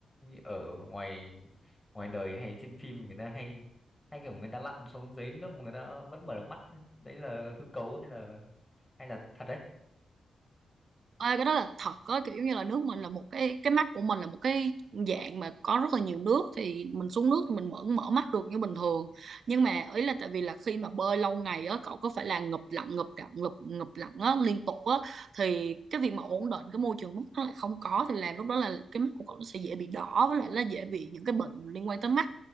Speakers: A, on the left; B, on the right.
A: ở ngoài ngoài đời hay trên phim người ta hay hay kiểu người ta lặn xuống dưới nước mà người ta vẫn mở được mắt. Đấy là hư cấu hay là hay là thật đấy?
B: Ê, cái đó là thật á kiểu như là nước mình là một cái cái mắt của mình là một cái dạng mà có rất là nhiều nước thì mình xuống nước thì mình mở mở mắt được như bình thường nhưng mà ý là tại vì là khi mà bơi lâu ngày á cậu có phải là ngụp lặn ngụp lặn ngụp ngụp lặn á liên tục á thì cái việc mà ổn định cái môi trường mắt nó lại không có thì làm lúc đó là cái mắt của cậu nó sẽ dễ bị đỏ với lại là dễ bị những cái bệnh liên quan tới mắt